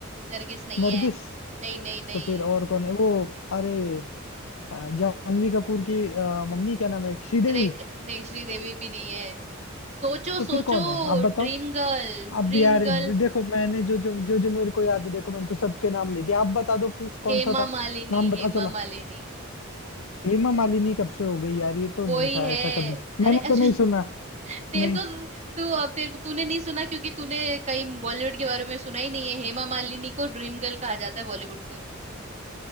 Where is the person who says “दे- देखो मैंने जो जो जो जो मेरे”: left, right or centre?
Left